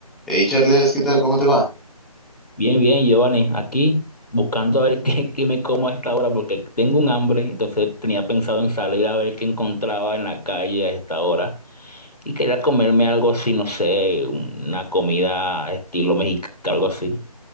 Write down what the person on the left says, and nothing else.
Bien, bien, Giovanni, aquí buscando a ver <laughs> qué, qué me como a esta hora porque tengo un hambre, entonces tenía pensado en salir a ver qué encontraba en la calle a esta hora y quería comerme algo así, no sé, una comida estilo mexicano, algo así.